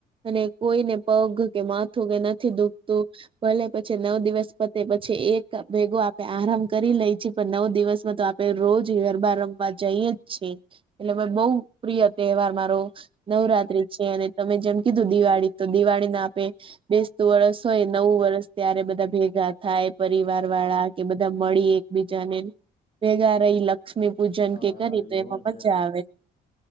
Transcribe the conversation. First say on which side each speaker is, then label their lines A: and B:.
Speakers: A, on the right (about 30°); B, on the left (about 70°).
A: અને કોઈને પગ કે માથું કે નથી દુખતું. ભલે પછી નવ દિવસ પતે પછી એક ભેગો આપ. આરામ કરી લઈ છીએ પણ નવ દિવસમાં તો આપડે રોજ ગરબા રમવા જઈએ જ છે. એટલે બહુ પ્રિય તહેવાર મારો. નવરાત્રી છે અને તમે જેમ કીધું દિવાળી તો દિવાળીને આપે. બેસતું વરસ હોય નવું વરસ ત્યારે બધા ભેગા થાય પરિવાર વાળા. કે બધા મળી એકબીજાને ભેગા રહી લ લક્ષ્મી પૂજન
B: હા
A: કે
B: હા
A: કરી તો
B: એ
A: એમાં
B: હોય
A: મજા આવે.